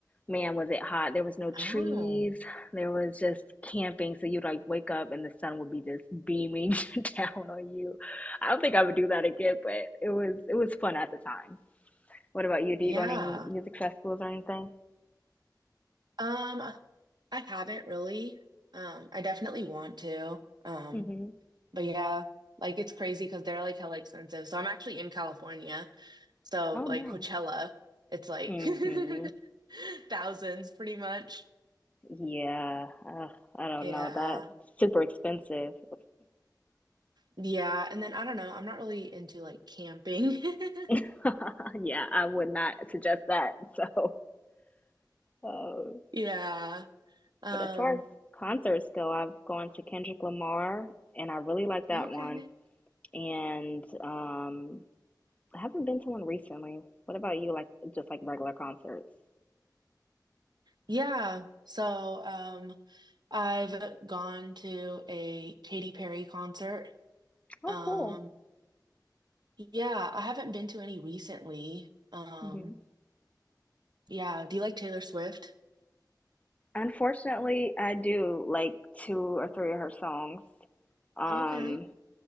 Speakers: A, on the left; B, on the right.
A: man, was it hot! There was no trees,
B: Oh,
A: there was just camping, so you'd like wake up and the sun would be just beaming <laughs> down on you. I don't think I would do that again, but it was it was fun at the time. What about you? Do
B: yeah.
A: you go on any music festivals or anything?
B: Um, I haven't really. Um, I definitely want to. Um,
A: hmm
B: but yeah, like it's crazy because they're like hella expensive. So I'm actually in California. So
A: Oh,
B: like
A: nice.
B: Coachella, it's like
A: hmm
B: <laughs> thousands pretty much.
A: Yeah, uh, I don't
B: Yeah.
A: know. That's super expensive.
B: Yeah. And then I don't know. I'm not really into like camping. <laughs>
A: <laughs> Yeah, I would not suggest that. <laughs> So, uh,
B: Yeah. Um,
A: but as far as concerts go, I've gone to Kendrick Lamar, and I really like that
B: okay.
A: one. And um, I haven't been to one recently. What about you? Like just like regular concerts?
B: Yeah. So, um, I've gone to a Katy Perry concert.
A: Oh,
B: Um,
A: cool.
B: yeah, I haven't been to any recently. Um,
A: hmm
B: yeah, do you like Taylor Swift?
A: Unfortunately, I do like two or three of her songs. Um,
B: Okay.